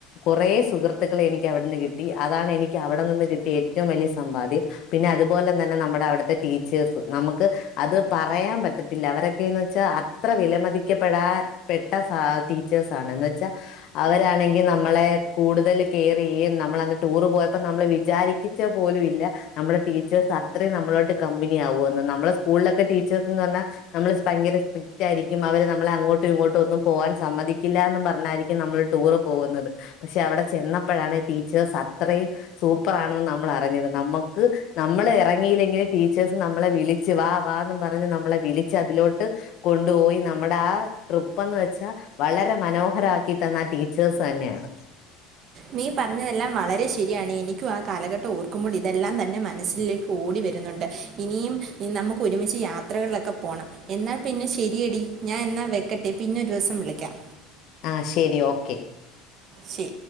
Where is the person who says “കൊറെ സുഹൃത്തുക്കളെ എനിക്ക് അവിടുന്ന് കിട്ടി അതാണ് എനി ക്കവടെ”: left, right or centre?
Left